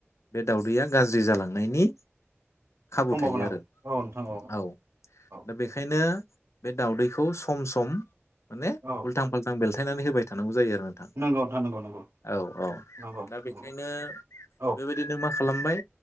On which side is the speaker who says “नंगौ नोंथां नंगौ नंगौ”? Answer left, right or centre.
Right